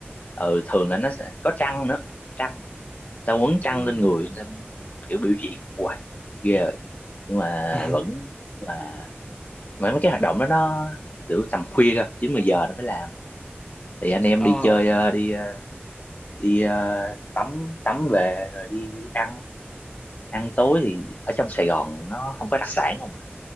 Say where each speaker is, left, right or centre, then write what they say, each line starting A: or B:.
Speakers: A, on the left; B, on the left.
A: ừ thường là nó sẽ có trăng nữa trăng ta quấn chăn
B: Ừm,
A: lên người nên kiểu biểu diễn hoài ghê rồi nhưng mà
B: <laughs>
A: vẫn nhưng mà mà mấy cái hoạt động đó nó kiểu tầm khuya cơ chín mười giờ nó mới làm thì anh em
B: ờ,
A: đi chơi ờ, đi ờ, đi ờ, tắm tắm về rồi đi ăn ăn tối thì ở trong Sài Gòn nó không có đặc sản không à